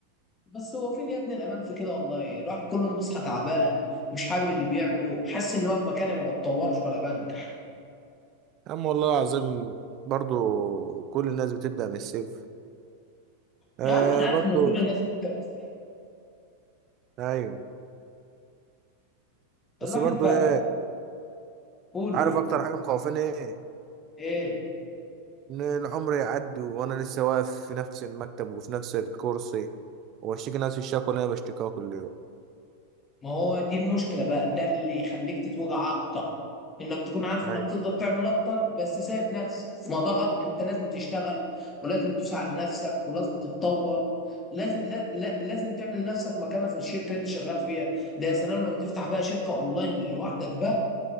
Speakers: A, on the left; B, on the right.
A: بس هو فين يا ابني الامان في كده والله الواحد كل يوم بيصحى تعبان مش حابب اللي بيعمله حاسس ان هو في مكاني ما بتطورش ولا بنجح
B: يا عم والله العظيم برضو كل الناس بتبدأ من الصفر
A: يا
B: آه
A: عم انا عارف
B: برضو
A: ان كل الناس بتبدا بس
B: أيوة
A: الواحد
B: بس برضو
A: بقى
B: إيه
A: يقوله
B: عارف أكتر حاجة مخوفاني إيه
A: ايه
B: إن العمر يعدي وأنا لسه واقف في نفس المكتب وفي نفس الكرسي وأشتكي نفس الشكوى اللي أنا بشتكيها كل يوم
A: ما هو دي المشكله بقى ده اللي يخليك تتوجع اكتر انك تكون عارف انك
B: أيوة
A: تقدر تعمل اكتر بس سايب نفسك ما ده غلط انت لازم تشتغل ولازم تدوس على نفسك ولازم تتطور لازم لا لا- لازم تعمل لنفسك مكانه في الشركه اللي انت شغال فيها ده يا سلام لو تفتح بقى شركه اونلاين لوحدك بقى